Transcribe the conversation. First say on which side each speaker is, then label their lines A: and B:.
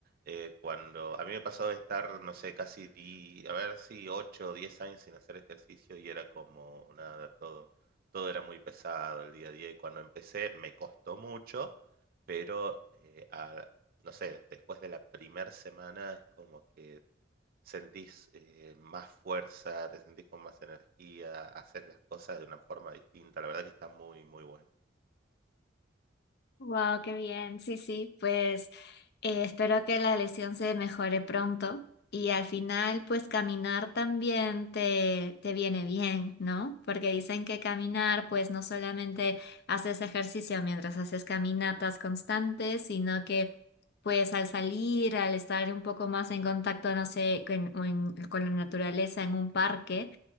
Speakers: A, on the right; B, on the left.
A: eh, cuando a mí me pasó de estar, no sé, casi, di, a ver si 8 o 10 años sin hacer ejercicio y era como nada, todo, todo era muy pesado el día a día y cuando empecé me costó mucho, pero eh, a- no sé, después de la primera semana es como que sentís eh, más fuerza, te sentís con más energía, haces las cosas de una forma distinta. La verdad que está muy, muy bueno.
B: Wow, qué bien. Sí, sí, pues eh, espero que la lesión se mejore pronto y al final, pues caminar también te, te viene bien, ¿no? Porque dicen que caminar, pues no solamente haces ejercicio mientras haces caminatas constantes, sino que pues al salir, al estar un poco más en contacto, no sé, con, en- con la naturaleza en un parque,